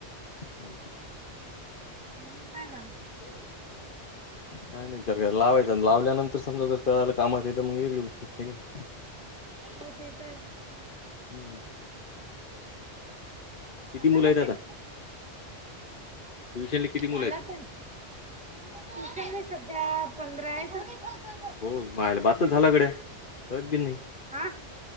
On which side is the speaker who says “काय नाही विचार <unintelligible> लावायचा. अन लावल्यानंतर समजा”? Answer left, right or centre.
Left